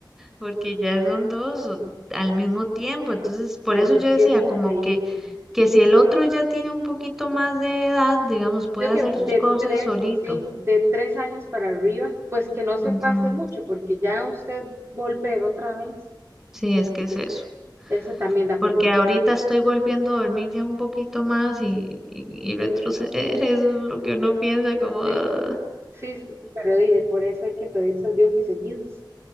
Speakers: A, in the centre; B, on the right.
A: porque ya son dos o- al mismo tiempo. Entonces, por
B: sea,
A: eso
B: eso
A: yo decía,
B: sí es increíble.
A: como que, que si el otro ya tiene un poquito más de edad, digamos, puede
B: Yo
A: hacer
B: que de
A: sus cosas
B: tres,
A: solito.
B: sí, de tres años para arriba, pues que no se
A: Ujú.
B: pase mucho, porque ya usted volver otra vez,
A: Sí, es que es eso.
B: eso también da
A: Porque
B: pereza.
A: ahorita estoy volviendo a dormir ya un poquito más y, y, y
B: Sí,
A: retroceder, <laughs> eso es lo que uno piensa como,
B: sí,
A: "Ah".
B: sí, sí, pero di, de por eso hay que pedirse al Dios que seguidos,